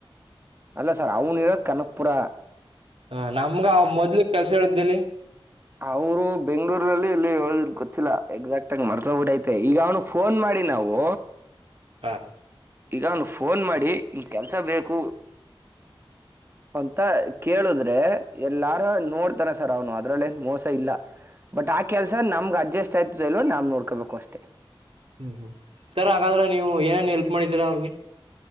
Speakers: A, on the right; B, on the right.
A: ಅಲ್ಲ ಸರ್ ಅವನು ಇರದ ಕನಕ್ಪುರ.
B: ಹ ನಮ್ಗ ಮೊದ್ಲು ಕೆಲ್ಸ ಹೇಳಿದ್ದೇಲ್ಲಿ.
A: ಅವರು ಬೆಂಗ್ಗಳೂರ್ ನಲ್ಲಿ ಇಲ್ಲಿ ಹೋಗಿರೋದು ಗೊತ್ತಿಲ್ಲ ಎಕ್ಸಾಕ್ಟ್ ಆಗಿ ಮರ್ತೊಬಿಟ್ಟೈತೆ ಈಗ ಅವನು. ಫೋನ್ ಮಾಡಿ ನಾವು.
B: ಹಾ.
A: ಈಗ ಅವ್ನು ಫೋನ್ ಮಾಡಿ ಈ ಕೆಲ್ಸ ಬೇಕು. ಅಂತ ಕೇಳುದ್ರಿ. ಕೇಳ್ದ್ರೇ ಎಲ್ಲಾರ ನೋಡ್ತಾನ ಸರ್ ಅವನು ಅದ್ರಲ್ಲಿ ಏನ್ ಮೋಸ ಇಲ್ಲ. ಬಟ್ ಆ ಕೆಲ್ಸ ನಮ್ಗ್ ಅಡ್ಜಸ್ಟ್. ಆಗುತ್ತೋ ಇಲ್ವವೊ ನಾವು ನೋಡ್ಕೋಬೇಕು ಅಷ್ಟೇ.
B: ಹ್ಮ್ ಹ್ಮ್ ಸರ್ ಹಾಗಾದ್ರೆ ನೀವು ಏನೇನು ಎಲ್ಪ್ ಮಾಡಿದ್ದೀರ ಅವ್ರಿಗೆ.